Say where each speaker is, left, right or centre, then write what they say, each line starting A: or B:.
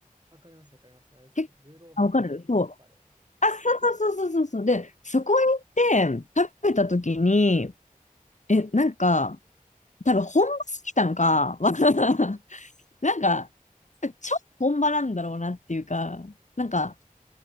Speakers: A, on the right; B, on the left.
A: わかります、わかります。あれですね、
B: 結構、
A: ルーローハンとスパイスカレーの。
B: あ、わかるそう。あ、そうそうそうそうそうそう。で、そこに行って食べた時に、え、なんか、多分本場すぎたのか、わ <laughs> なんか、超本場なんだろうなっていうか、なんか、